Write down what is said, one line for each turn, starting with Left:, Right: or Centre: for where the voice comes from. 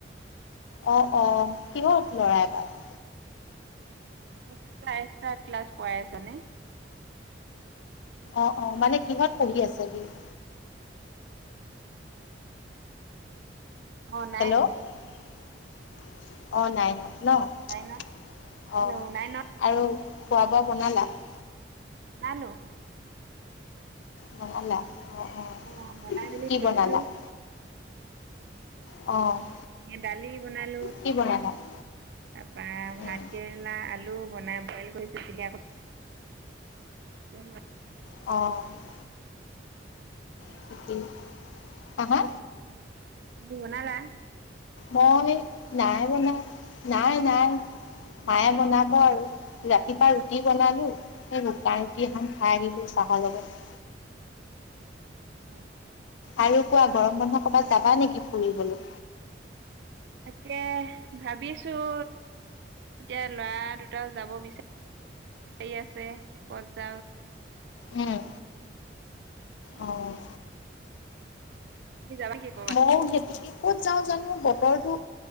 Left: অঁ-অঁ! কিহত ল'ৰা এইবাৰ? <unintelligible>
Right: এক্সট্ৰা-এক্সট্ৰা ক্লাছ কৰাই আছে নে? <unintelligible>
Left: অঁ-অঁ! মানে কিহত পঢ়ি আছে সি? <inaudible>
Right: অ নাইন
Left: হেল্ল' <inaudible> অ নাইনত। ন
Right: নাইনত
Left: <unintelligible>
Right: হেল্ল'
Left: অঁ
Right: নাইনত
Left: আৰু খোৱা-বোৱা বনালা? <unintelligible>
Right: বনালো। <inaudible>
Left: বনালা। অঁ-অঁ!
Right: অ বনাই মেলি
Left: কি
Right: থৈছো
Left: বনালা? <inaudible> অঁ <unintelligible>
Right: এ দালি বনালো <inaudible>
Left: কি বনালা? <inaudible>
Right: তাৰপা ভাত
Left: উম,
Right: কেৰেলা, আলু বনাই বইল কৰিছো। পিটিকা ক <unintelligible> উম <unintelligible>
Left: অঁ! <inaudible> <unintelligible> হা-হা!
Right: <unintelligible> তুমি বনালা?
Left: মই নাই বনোৱা। নাই-নাই <unintelligible> মায়ে বনাব আৰু ৰাতিপুৱা ৰুটি বনালো। <inaudible> শুকান ৰুতি এখন খাই আহিলোঁ চাহৰ লগত।
Right: <unintelligible>
Left: আৰু কোৱা গৰম বন্ধ ক'বাত যাবা নেকি ফুৰিবলৈ?
Right: তাকে ভাবিছোঁ। এতিয়া ল'ৰা দুটাও যাব <unintelligible> আছে ক'ত যাওঁ।
Left: উম,
Right: <unintelligible>
Left: অ',
Right: <unintelligible> যাবা। <unintelligible>
Left: মই সেইটোকে ক'ত যাওঁ জানোঁ বতৰটো।